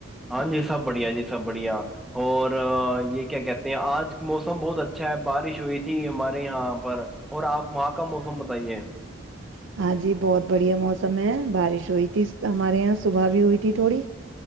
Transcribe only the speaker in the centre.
ہاں جی سب بڑھیا جی سب بڑھیا اور یہ کیا کہتے ہیں آج موسم بہت اچھا ہے بارش ہوئی تھی ہمارے یہاں پر اور آپ وہاں کا موسم بتائیے